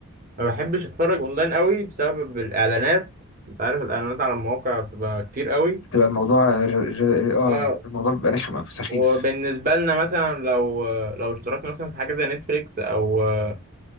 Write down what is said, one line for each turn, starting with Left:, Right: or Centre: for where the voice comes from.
Right: ما بحبش اتفرج اونلاين قوي بسبب الاعلانات انت عارف الاعلانات على المواقع بتبقى كتير قوي
Left: بتبقى الموضوع ر... ر... اه
Right: اه
Left: الموضوع بيبقى رخم أوي، سخيف
Right: وبالنسبه لنا مثلا لو آه، لو اشتركنا مثلا في حاجه زي نتفليكس او آه،